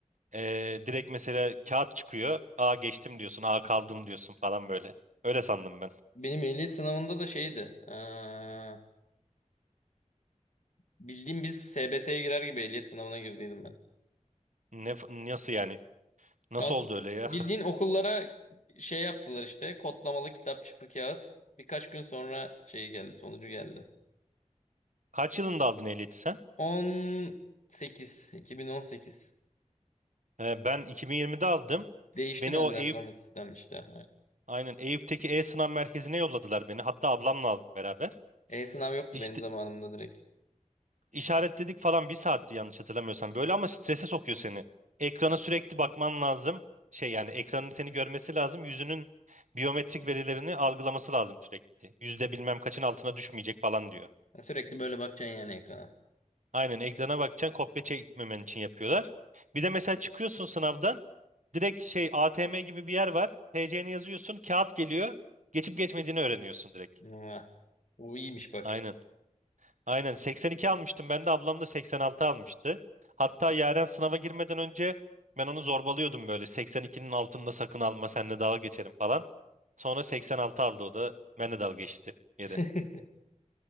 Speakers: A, on the right; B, on the left.
A: e, direkt mesela kağıt çıkıyor. A geçtim diyorsun. A kaldım diyorsun falan böyle. Öyle sandım ben.
B: Benim ehliyet sınavında da şeydi. Ha, bildiğim biz SBS'ye girer gibi ehliyet sınavına girdiydim ben.
A: Ne, nasıl yani? Nasıl
B: Kanka
A: oldu öyle ya?
B: bildiğin okullara şey yaptılar işte kodlamalı kitapçıklı kağıt. Birkaç gün sonra şey geldi sonucu geldi.
A: <laughs> Kaç yılında aldın ehliyeti sen?
B: 18 2018
A: He, ben 2020'de aldım.
B: değişti
A: Beni
B: benden
A: o Eyüp
B: sonra sistem işte.
A: Aynen Eyüp'teki E-Sınav Merkezi'ne yolladılar beni. Hatta ablamla aldım beraber.
B: E-sınav yoktu
A: İşte
B: benim zamanımda direkt.
A: İşaretledik falan bir saatti yanlış hatırlamıyorsam böyle ama strese sokuyor seni. Ekrana sürekli bakman lazım. Şey yani ekranın seni görmesi lazım. Yüzünün biyometrik verilerini algılaması lazım sürekli. Yüzde bilmem kaçın altına düşmeyecek falan diyor.
B: Ya Sürekli böyle bakacaksın yani ekrana.
A: Aynen ekrana bakacaksın kopya çekmemen için yapıyorlar. Bir de mesela çıkıyorsun sınavdan direkt şey ATM gibi bir yer var. TC'ni yazıyorsun kağıt geliyor. Geçip geçmediğini öğreniyorsun direkt.
B: Mua. Bu iyiymiş bak.
A: Aynen. Aynen 82 almıştım ben de ablam da 86 almıştı. Hatta Yaren sınava girmeden önce ben onu zorbalıyordum böyle 82'nin altında sakın alma seninle dalga geçerim falan. Sonra 86 aldı o da benle dalga geçti yere.
B: <laughs>